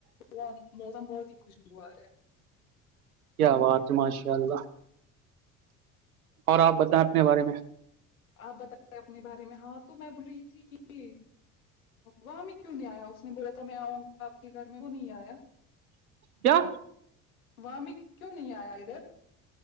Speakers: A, on the left; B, on the right.
A: وہ موسم بہت ہی خوشگوار ہے
B: کیاوات ہے ماشاء اللہ اور آپ بتائیں اپنے بارے میں
A: آپ بتے اپنے بارے میں ہاں تو میں بول رہی تھی کہ وہاں میں کیوں نہیں آیا اس نے بولا تھا میں آؤں آپ کے گھر میں وہ نہیں آیا
B: کیا
A: وام کیوں نہیں آیا ادھر